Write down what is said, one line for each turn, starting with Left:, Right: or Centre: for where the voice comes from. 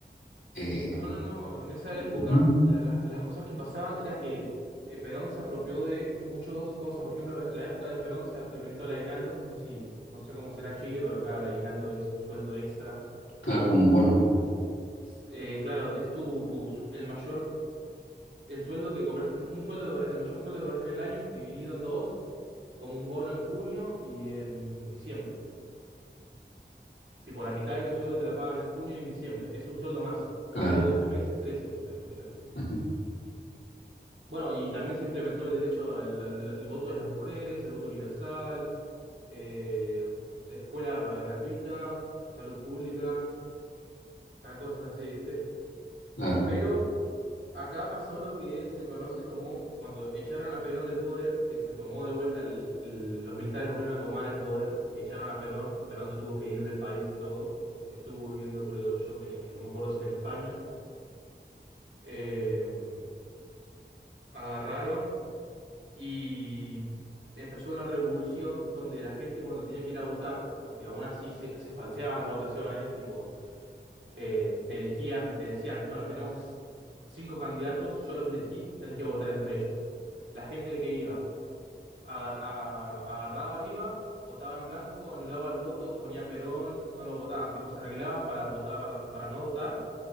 Left: eh,
Right: No, no, no. En esa época
Left: ujú,
Right: la- la- las cosas que pasaban era que eh, Perón se apropió de muchas cosas. Por ejemplo, en la época de Perón se implementó el aguinaldo. No sé si, no sé cómo será en Chile, pero acá el aguinaldo es un sueldo extra.
Left: claro, con bono,
Right: Eh, eh, claro, es tu, tu su- el mayor, el sueldo que cobraste, en- un sueldo, que cobra- el mayor sueldo que cobraste en el año, dividido en dos, como un bono en junio y en diciembre. Tipo, la mitad de tu sueldo te la pagan en junio y en diciembre. Es un sueldo más.
Left: claro,
Right: En vez de 12 meses, 13, tendrás, básicamente.
Left: ujú,
Right: Bueno, y también se implementó el derecho al, al- al voto de las mujeres, el voto universal, eh, escuela gratuita, salud pública, tal cosas así, ¿viste?
Left: claro,
Right: Pero acá pasó lo que se conoce como cuando echaron a Perón del poder, que se tomó de vuelta, el- el- los militares volvieron a tomar el poder, echaron a Perón, pues Perón se tuvo que ir del país y todo, estuvo viviendo, creo yo, que en- no me acuerdo si era en España. Eh, agarraron y empezó una revolución donde la gente cuando tenía que ir a votar, porque aún así se, se falseaban las votaciones, tipo, eh, te elegían, te decían, bueno, tenemos cinco candidatos, yo los elegí, tenés que votar entre ellos. La gente que iba, agar- a- agarraba, iba, votaba en blanco, anulaba el voto, ponía Perón, no lo votaban, tipo, se arreglaban para votar, para, para no votar,